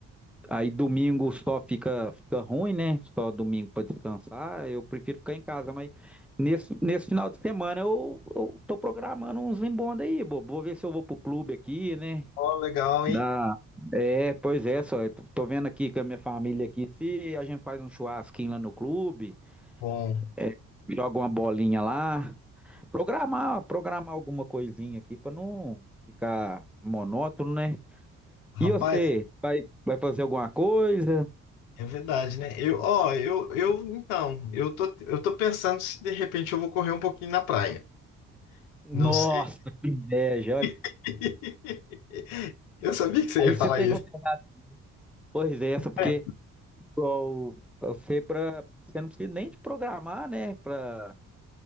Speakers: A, in the centre; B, on the left.
A: Aí domingo só fica, fica ruim, né? Só domingo para descansar. Eu prefiro ficar em casa, mas nesse, nesse final de semana eu, eu tô programando uns embonda aí, bobo. Vou ver se eu vou pro clube aqui, né?
B: ó, legal,
A: Dá.
B: hein?
A: É, pois é, só. eu Tô tô vendo aqui com a minha família aqui se a gente faz um churrasquinho lá no clube,
B: Bom,
A: é, joga uma bolinha lá. Programar, programar alguma coisinha aqui para não ficar monótono, né? E
B: rapaz.
A: você, vai, vai fazer alguma coisa?
B: É verdade, né? Eu, ó, eu, eu, então, eu tô, eu tô pensando se de repente eu vou correr um pouquinho na praia.
A: Nossa,
B: Não sei.
A: que inveja. Olha,
B: <laughs> Eu sabia que você
A: Aí
B: ia
A: você
B: falar
A: pegou
B: isso.
A: pesado. Pois é, essa, porque
B: É.
A: igual, você, pra, você não precisa nem de programar, né, pra,